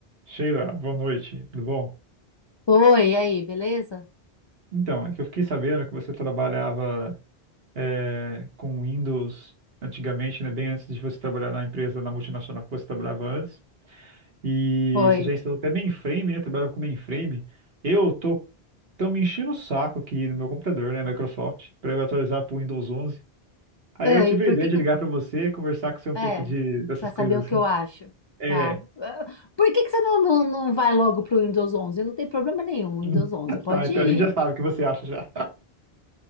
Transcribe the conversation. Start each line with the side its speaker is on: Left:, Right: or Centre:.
Right: Sheila, boa noite, tudo bom?
Left: Oi, e aí, beleza?
Right: Então, é que eu fiquei sabendo que você trabalhava é, com Windows antigamente, né, bem antes de você trabalhar na empresa, na multinacional que você trabalhava antes, e
Left: Oi.
Right: você já instalou até mainframe, né, trabalhava com mainframe. Eu tô, tão me enchendo o saco aqui no meu computador, né, Microsoft, para eu atualizar para o Windows 11. Aí
Left: É,
Right: eu tive
Left: e por
Right: a ideia
Left: que
Right: de
Left: que...
Right: ligar para você, conversar com você um
Left: É,
Right: pouco de, dessas
Left: pra saber
Right: coisas
Left: o que
Right: assim.
Left: eu acho,
Right: É,
Left: tá? Ah, Por que que você não, não, não vai logo pro Windows 11? Não tem problema nenhum, Windows
Right: <laughs>
Left: 11, pode
Right: tá, então
Left: ir.
Right: a gente já sabe o que você acha já.